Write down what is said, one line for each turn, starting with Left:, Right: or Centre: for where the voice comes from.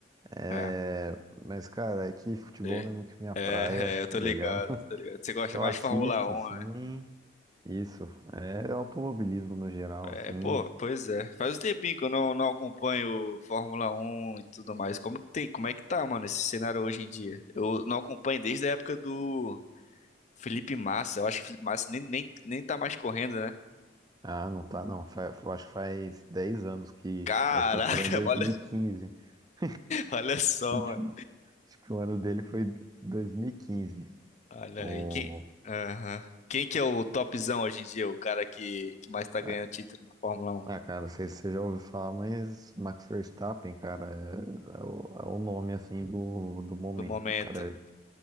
Right: É,
Left: É,
Right: mas, cara, é que futebol
Left: é,
Right: não é muito minha
Left: é,
Right: praia,
Left: é, eu tô
Right: tá ligado?
Left: ligado,
Right: <laughs>
Left: tô ligado. Você gosta
Right: Eu
Left: mais
Right: assisto,
Left: de Fórmula 1,
Right: assim,
Left: né?
Right: isso. É automobilismo no geral,
Left: É,
Right: assim.
Left: pô, pois é. Faz um tempinho que eu não, não acompanho Fórmula 1 e tudo mais. Como que tem, como é que tá, mano, esse cenário hoje em dia? Eu não acompanho desde a época do Felipe Massa. Eu acho que o Felipe Massa nem, nem, nem tá mais correndo, né?
Right: Ah, não tá, não. Fa- eu acho que faz 10 anos que.
Left: Caraca,
Right: Acho que ele parou em 2015.
Left: <laughs> olha,
Right: Acho
Left: olha só,
Right: que o último-
Left: mano.
Right: acho que o ano dele foi 2015.
Left: Olha
Right: O...
Left: aí, quem, Aham. Quem que é o topzão hoje em dia? O cara que, que mais tá
Right: Ah,
Left: ganhando título na Fórmula Um
Right: ah, cara, não sei se você já ouviu falar, mas Max Verstappen, cara, é, é o, é o nome, assim, do, do momento.
Left: do momento?
Right: O cara é